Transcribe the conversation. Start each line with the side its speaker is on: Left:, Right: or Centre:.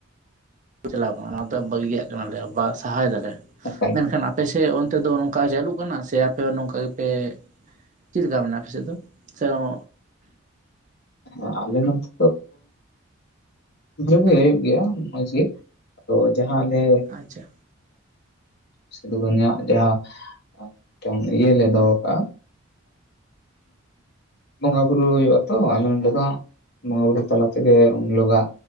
Right: ᱪᱟᱞᱟᱣ ᱠᱟᱱᱟ ᱚᱱᱟ ᱫᱚ ᱵᱟᱹᱜᱤᱭᱟᱜ ᱠᱟᱱᱟ ᱞᱮ ᱵᱟ ᱥᱟᱦᱟᱭ ᱫᱟᱞᱮ
Left: ᱮᱠᱟᱞ
Right: ᱢᱮᱱᱠᱷᱟᱱ ᱟ ᱯᱮᱥᱮ ᱚᱱᱛᱮ ᱫᱚ ᱱᱚᱝᱠᱟ ᱪᱟᱹᱞᱩᱜ ᱠᱟᱱᱟ ᱥᱮ ᱟᱯᱮ ᱱᱚᱝᱠᱟ ᱜᱮᱯᱮ ᱪᱤᱫ ᱞᱮᱠᱟ ᱢᱮᱱᱟᱜᱼᱟ ᱟᱯᱮ ᱥᱮᱫ ᱫᱚ? ᱪᱚᱸᱜ
Left: ᱦᱮ ᱟᱞᱮ ᱱᱚᱛᱮ ᱫᱚ <unintelligible> ᱦᱩᱭᱩᱜ ᱜᱮᱭᱟ ᱢᱚᱸᱡᱽ ᱜᱮ᱾ ᱟᱫᱚ ᱡᱟᱦᱟᱸ ᱟᱞᱮ
Right: ᱟᱪᱪᱷᱟ
Left: ᱥᱤᱫᱩᱼᱠᱟᱱᱩᱣᱟᱜ ᱡᱟᱦᱟᱸ ᱴᱟᱝ ᱤᱭᱟᱹ ᱞᱮ ᱫᱚᱦᱚ ᱠᱟᱜᱼᱟ᱾ ᱵᱚᱸᱜᱟ ᱵᱩᱨᱩ ᱦᱩᱭᱩᱜᱼᱟ ᱛᱚ ᱟᱫᱚ ᱱᱚᱰᱮ ᱫᱚ ᱦᱟᱸᱜ ᱵᱚᱸᱜᱟ ᱵᱩᱨᱩ ᱛᱟᱞᱟ ᱛᱮᱜᱮ ᱩᱱ ᱦᱤᱞᱳᱜᱟ